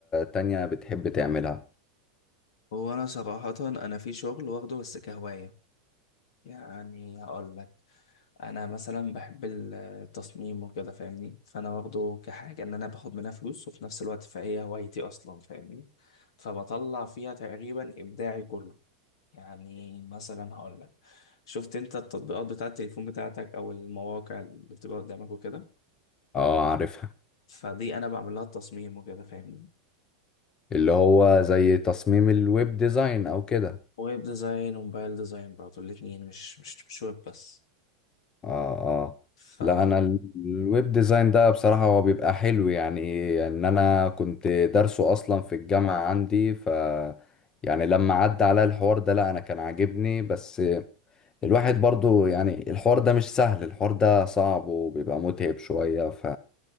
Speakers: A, on the left; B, on the left.
A: تانية بتحب تعملها
B: هو انا صراحة انا في شغل واخده بس كهواية يعني هقول لك انا مثلا بحب ال- التصميم وكده فاهمني فانا واخده كحاجه ان انا باخد منها فلوس وفي نفس الوقت فهي هوايتي اصلا فاهمني فبطلع فيها تقريبا ابداعي كله يعني مثلا هقول لك شفت انت التطبيقات بتاعه التليفون بتاعتك او المواقع اللي بتبقى قدامك وكده
A: اه عارفها
B: فدي انا بعمل لها التصميم وكده فاهمني
A: اللي هو زي تصميم الويب ديزاين او كده
B: ويب ديزاين وموبايل ديزاين برضه الاتنين مش مش مش ويب بس
A: اه اه
B: ف
A: لا
B: م-
A: انا ال- الويب ديزاين ده بصراحة هو بيبقى حلو يعني ان انا كنت دارسه اصلا في الجامعة عندي ف يعني لما عدى عليا الحوار ده لا انا كان عاجبني بس الواحد برضو يعني الحوار ده مش سهل الحوار ده صعب وبيبقى متعب شوية ف